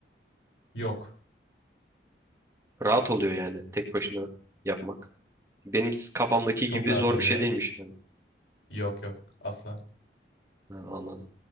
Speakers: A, on the left (about 85°); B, on the right (about 15°).
A: Yok.
B: Rahat oluyor yani tek başına yapmak. Benim kafamdaki
A: Çok
B: gibi
A: rahat
B: zor
A: oluyor
B: bir şey
A: ya.
B: değilmiş yani.
A: Yok yok. Asla.
B: Ha, anladım.